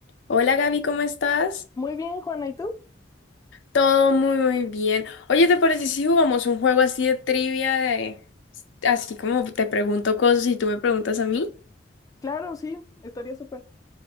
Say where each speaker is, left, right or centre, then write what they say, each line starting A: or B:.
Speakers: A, on the left (about 80°); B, on the left (about 20°).
A: Hola Gaby, ¿cómo estás?
B: Muy bien, Juana, ¿y tú?
A: Todo muy muy bien. Oye, ¿te parece si jugamos un juego así de trivia de así como te pregunto cosas y tú me preguntas a mí?
B: Claro, sí, estaría súper.